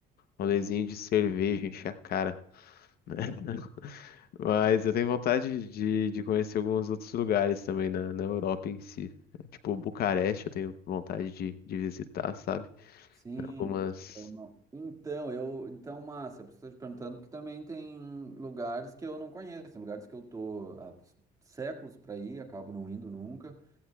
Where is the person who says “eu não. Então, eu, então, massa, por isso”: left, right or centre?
Right